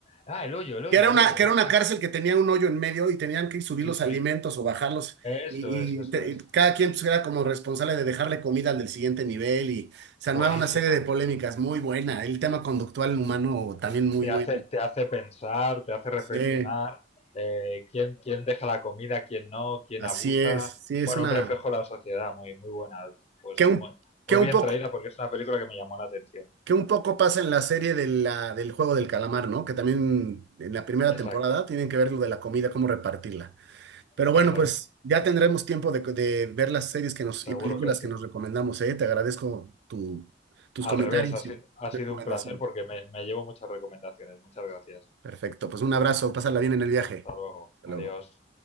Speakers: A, on the left; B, on the right.
A: Ah, El Hoyo, El Hoyo,
B: Que era
A: El
B: una,
A: Hoyo,
B: que
A: muy
B: era una
A: buena.
B: cárcel que tenía un hoyo en medio y tenían que subir
A: Sí,
B: los
A: sí.
B: alimentos o bajarlos.
A: Eso
B: Y,
A: es, eso
B: y te-
A: es.
B: y cada quien pues, era como responsable de dejarle comida al del siguiente nivel y se armaba
A: Buenísima.
B: una serie de polémicas muy buena. El tema conductual humano también muy
A: Te
B: bueno.
A: hace, te hace pensar, te hace reflexionar,
B: Sí,
A: eh, quién, quién deja la comida, quién no, quién
B: así
A: abusa.
B: es. Sí, es
A: Bueno,
B: una...
A: un reflejo de la sociedad, muy, muy buena. Pues
B: Que un,
A: muy,
B: que
A: muy
B: un
A: bien
B: poco,
A: traída porque es una película que me llamó la atención.
B: que un poco pasa en la serie de la, del juego del calamar, ¿no? Que también en la primera temporada
A: Exacto,
B: tienen que ver lo de la comida, cómo repartirla. Pero
A: exacto.
B: bueno, pues ya tendremos tiempo de, de ver las series que nos,
A: Seguro
B: y películas
A: que sí.
B: que nos recomendamos, ¿eh? Te agradezco tu, tus
A: Al
B: comentarios
A: revés, ha, si-
B: y
A: ha sido
B: recomendaciones.
A: un placer porque me, me llevo muchas recomendaciones. Muchas gracias.
B: Perfecto, pues un abrazo, pásala bien en el viaje.
A: Hasta luego.
B: Hasta
A: Adiós.
B: luego.